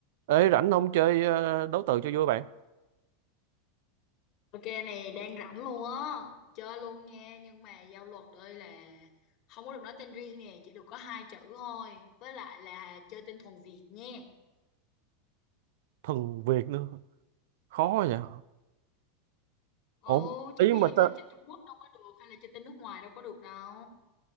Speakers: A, on the right; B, on the left.
A: Ê, rảnh không chơi ờ, đấu từ cho vui bạn
B: Ok này đang rảnh luôn á Chơi luôn nha Nhưng mà giao luật đây là Không có được nói tên riêng nè Chỉ được có hai chữ thôi Với lại là chơi tên thuần Việt nha
A: thuần Việt nữa khó vậy
B: Ồ
A: ổn
B: chứ
A: ý
B: bây giờ
A: mà ta
B: chơi trên Trung Quốc đâu có được Hay là chơi tên nước ngoài đâu có được đâu